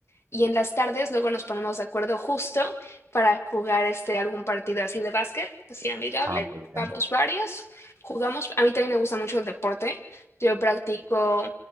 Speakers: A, on the left; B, on the right.
A: y en las tardes luego nos ponemos de acuerdo justo para jugar este algún partido así de básquet, así amigable.
B: Ah, muy bien.
A: Vamos varios, jugamos. A mí también me gusta mucho el deporte. Yo practico